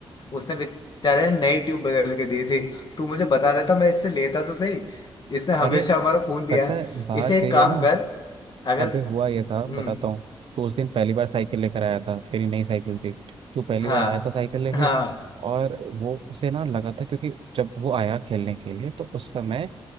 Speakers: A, on the left (about 55°); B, on the right (about 75°).
A: उसने बेचारे ने नई ट्यूब बदल के दी थी तू मुझे बता देता मैं इससे लेता तो सही इसने हमेशा
B: अरे
A: हमारा खून पिया
B: पता
A: है
B: है बात
A: इसे एक
B: यही
A: काम
B: है ना
A: कर अगर
B: अबे हुआ ये था बताता
A: हम्म
B: हूँ तो उस दिन पहली बार साइकिल लेकर आया था तेरी नई साइकिल थी तू पहली
A: हाँ
B: बार आया था साइकिल लेके
A: हाँ
B: और वो उसे ना लगा था क्योंकि जब वो आया खेलने के लिए तो उस समय